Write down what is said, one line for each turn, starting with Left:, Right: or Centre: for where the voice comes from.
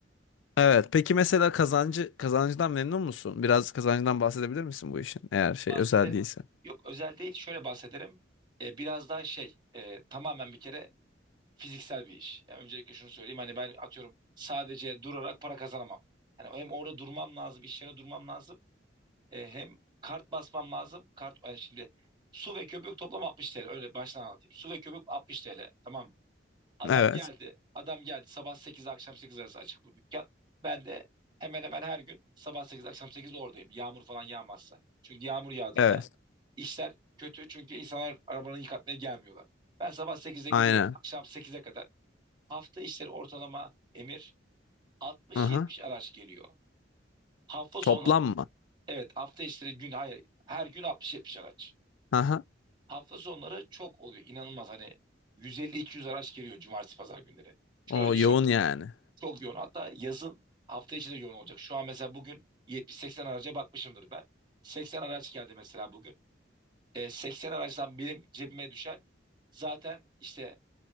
Left: Evet. Peki mesela kazancı kazancından memnun musun? Biraz kazancından bahsedebilir misin bu işin? Eğer şey
Right: Bahsederim.
Left: özel değilse.
Right: Yok özel değil şöyle bahsederim. E, biraz daha şey e, tamamen bir kere fiziksel bir iş. Yani öncelikle şunu söyleyeyim hani ben atıyorum sadece durarak para kazanamam. Hani hem orada durmam lazım iş yerine durmam lazım. E, hem kart basmam lazım. Kart hani şimdi su ve köpük toplam 60 TL öyle baştan anlatayım. Su ve köpük 60 TL tamam mı? Adam
Left: Evet.
Right: geldi adam geldi sabah 8 akşam 8 arası açık bu dükkan. Ben de hemen hemen her gün sabah 8 akşam 8 oradayım yağmur falan yağmazsa. Çünkü yağmur yağdığında
Left: Evet.
Right: işler kötü çünkü insanlar arabalarını yıkatmaya gelmiyorlar. Ben sabah 8'de gidiyorum.
Left: Aynen.
Right: Akşam sekize kadar hafta işleri ortalama Emir 60-70
Left: Aha.
Right: araç geliyor. Hafta sonları
Left: Toplam mı?
Right: evet hafta işleri gün hayır her gün 60-70 araç.
Left: Aha.
Right: Hafta sonları çok oluyor inanılmaz hani 150-200 araç geliyor cumartesi pazar günleri. Şöyle
Left: O
Right: düşün
Left: yoğun yani.
Right: çok yoğun hatta yazın hafta içi de yoğun olacak. Şu an mesela bugün 70-80 araca bakmışımdır ben. 80 araç geldi mesela bugün. e, 80 aracdan benim cebime düşen zaten işte